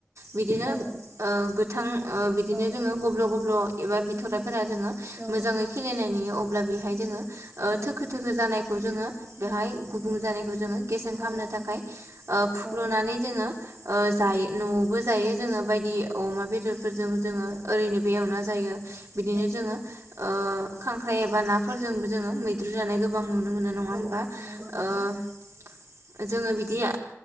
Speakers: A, on the right; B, on the right.
A: बिदिनोओ
B: औ
A: गोथांओ बिदिनो
B: औ
A: जोङो गब्ल गब्ल एबा बिथराइ फोरा जोङो
B: औ
A: मोजाङै खिलिनाय नुयो अब्ला बेहाय जोङो ओ
B: औ
A: थोखो थोखो जानायखौ जोङो बेहाय गुबुं जानायखौ जोङो गेसें
B: औ
A: खामनो थाखाय ओ फुख्लनानै
B: औ
A: जोङो ओ जाय नआवबो जायो जोङो बायदि अमा बेदरफोरजों जोङो ओरैनोबो एवना जायो बिदिनो
B: औ
A: जोङो ओ खांख्राइ एबा नाफोरजोंबो जोङो मैद्रु जानाय गोबां नुनो मोनो नङा
B: औ
A: होमबा
B: औ नंगौ नोंथां
A: ओ जोङो बिदिओ